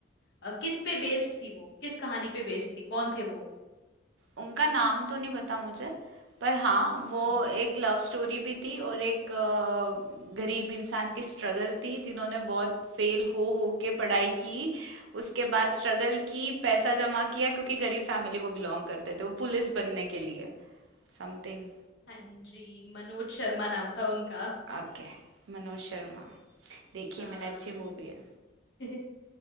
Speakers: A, on the left; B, on the right.
A: अ, किस पे बेस्ड थी वो किस कहानी पे बेस्ड थी कौन थे वो
B: उनका नाम तो नहीं पता मुझे पर हाँ वो
A: हम्म
B: एक लव स्टोरी भी थी और एक अ, गरीब इंसान की स्ट्रगल थी जिन्होंने बहुत फेल हो हो के पढ़ाई की उसके बाद स्ट्रगल की पैसा जमा किया क्योंकि गरीब फैमिली को बिलोंग करते थे वो पुलिस बनने के लिए समथिंग
A: हाँ जी मनोज शर्मा नाम था उनका
B: ओके मनोज शर्मा देखिए
A: हाँ
B: मैंने अच्छी मूवी है
A: <laughs>